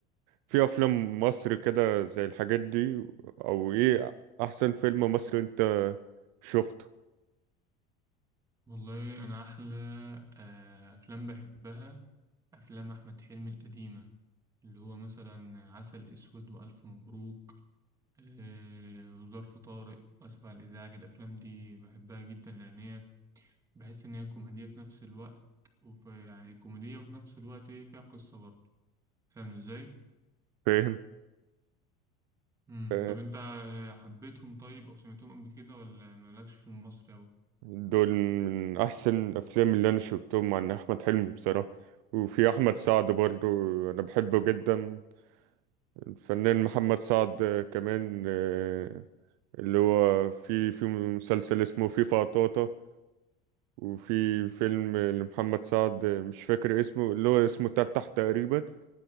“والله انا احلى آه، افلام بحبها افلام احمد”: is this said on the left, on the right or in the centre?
Right